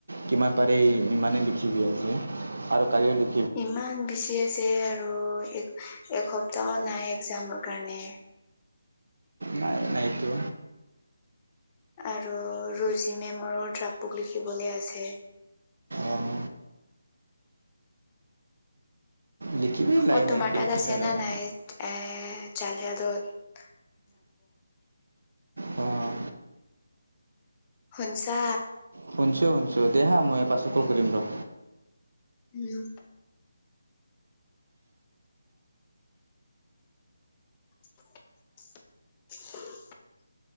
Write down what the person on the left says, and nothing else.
ইমান বেছি আছে আৰু এক এসপ্তাহ নাই একজামৰ কাৰণে।
আৰু ৰুজি মেমৰো ড্ৰফবুক লিখিবলৈ আছে।
অ
তোমাৰ তাত
আছে
না
নাই, এ' জালিয়ালত।
শুনিছা?
উম। <unintelligible>